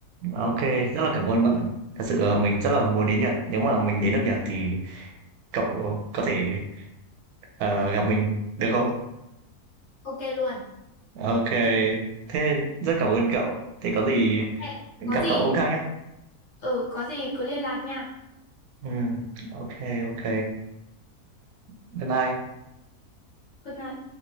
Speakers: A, on the right; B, on the left.
A: ok rất là cảm ơn bạn thật sự mình rất là muốn đến Nhật nếu mà mình đến nước Nhật thì cậu có thể ờ, gặp mình được không
B: ok luôn.
A: ok thế rất cảm ơn cậu thế có gì
B: Ok,
A: gặp
B: có gì
A: cậu hôm khác nhá
B: ừ có gì cứ liên lạc nha.
A: ừ, ok ok bye bye
B: Good night.